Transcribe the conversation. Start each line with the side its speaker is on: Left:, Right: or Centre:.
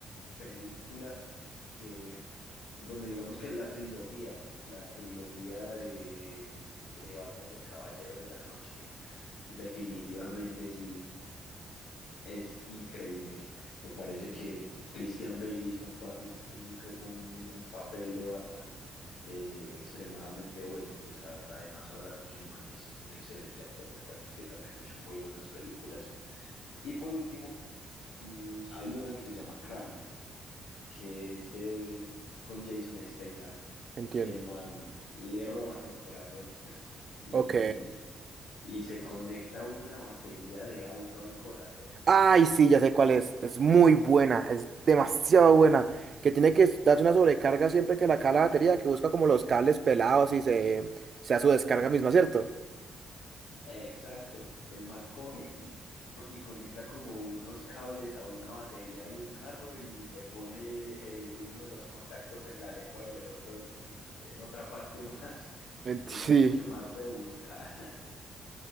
Left: película que, bueno, digamos que la trilogía, la trilogía de, de Batman, el Caballero de la Noche Definitivamente sí, es increíble. Me parece que Christian Bale hizo un, papi, un, ca- un, un papel de Batman eh, extremadamente bueno, pues a- además hablando que el man es un excelente actor, me parece que también ha hecho muy buenas películas. Y por último, mm, hay una que se llama Crank, que es de, con Jason Statham,
Right: entiendo.
Left: que el man le roban el corazón <laughs> y,
Right: Ok.
Left: y se conecta una batería de auto al corazón
Right: Ay, sí, ya sé cuál es. Es muy buena, es demasiado buena. Que tiene que darse una sobrecarga siempre que la cae la batería, que busca como los cables pelados y se, se da su descarga misma, ¿cierto?
Left: Exacto, el man coge y, y conecta como unos cables a una batería de un carro y se pone eh, uno de los contactos en la lengua y el otro en, en otra parte más, <laughs>
Right: Ent-
Left: digamos
Right: Sí.
Left: que más rebuscada.